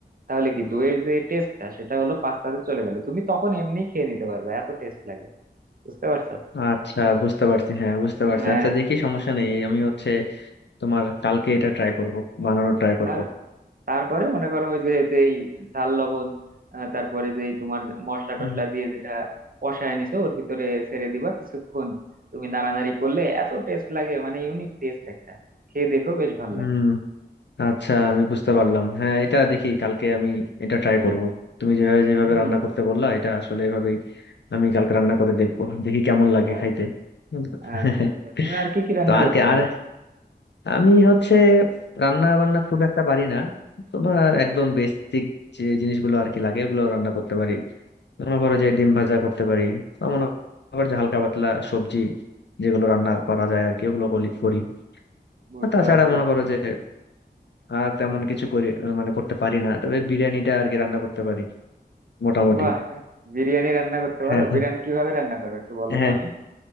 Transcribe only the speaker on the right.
তাহলে কি দইয়ের যে টেস্টটা সেটা হলো পাস্তাতে চলে গেল তুমি তখন এমনি খেয়ে নিতে পারবে এত টেস্ট লাগে বুঝতে পারছো
হ্যাঁ
তার তারপরে মনে করো ওই যে যেই ঝাল লবণ আহ, তারপরে যেই তোমার মশলা
টশলা দিয়ে যেটা কষায় নিছো ওর ভিতরে ছেড়ে দিবা কিছুক্ষণ তুমি নাড়ানাড়ি করলে এত টেস্ট লাগে মানে ইউনিক টেস্ট একটা খেয়ে দেখো বেশ ভালো
লাগে
তুমি
আচ্ছা
আচ্ছা আচ্ছা তুমি আর কি কি রান্না
করতে
পারো
বুঝতে
পারছি
বুঝতে
পারছি
বাহ তুমি বিরিয়ানি রান্না করতে পারো
বিরিয়ানি কিভাবে রান্না করো একটু বলো
তো আমি